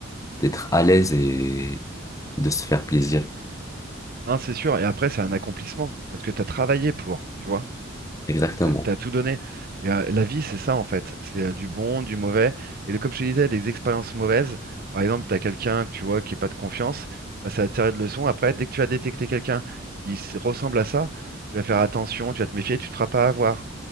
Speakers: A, on the left; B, on the right.
A: d'être à l'aise et de se faire plaisir.
B: Non, c'est sûr. Et après, c'est un accomplissement. Parce que tu as travaillé pour, tu vois.
A: Exactement.
B: Tu as, tout donné. Et euh, la vie, c'est ça, en fait. C'est euh, du bon, du mauvais. Et de- comme je te disais, les expériences mauvaises, par exemple, tu as quelqu'un que tu vois qui n'a pas de confiance, bah, ça va te servir de leçon. Après, dès que tu vas détecter quelqu'un qui s- ressemble à ça, tu vas faire attention, tu vas te méfier, tu ne te feras pas avoir.